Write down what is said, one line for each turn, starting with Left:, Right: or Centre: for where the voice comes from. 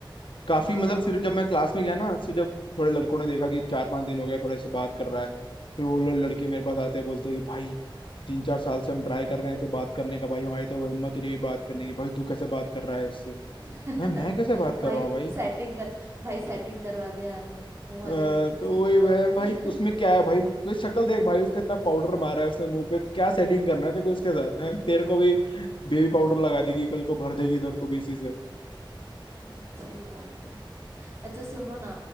Left: काफी
Right: हाँ
Left: मतलब फिर जब मैं क्लास में गया ना फिर जब थोड़े लड़कों ने देखा कि चार पांच दिन हो गया थोड़े से बात कर रहा है फिर वो लोग लड़के मेरे पास आते हैं बोलते हैं कि भाई तीन चार साल से हम ट्राई कर रहे हैं इससे बात करने का भाई हमारी तो हिम्मत ही नहीं हुई बात करने की भाई तू कैसे बात कर रहा है इससे
Right: <laughs>
Left: मैं मैं कैसे बात कर
Right: भाई
Left: रहा हूँ भाई
Right: सेटिंग कर भाई सेटिंग करवा दे यार वो वाले
Left: अ, तो
Right: सीन
Left: वही
Right: होता
Left: वह
Right: होगा
Left: भाई
Right: ना <laughs>
Left: उसमें क्या है भाई वे शक्ल देख भाई उसका इतना पाउडर मारा है उसने मुंह पे तो क्या सेटिंग करना है तेरे को इसके साथ हैं तेरे को भी बेबी पाउडर लगा देगी कल को भर देगी तेरे को भी इसी से
Right: हम्म, सही बात है अच्छा सुनो ना